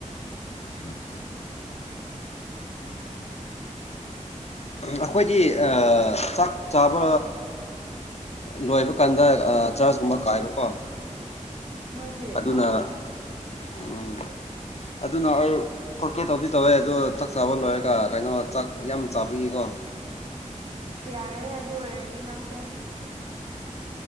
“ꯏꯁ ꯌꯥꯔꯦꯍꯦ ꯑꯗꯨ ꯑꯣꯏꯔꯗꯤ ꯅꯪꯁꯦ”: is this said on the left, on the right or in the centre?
Right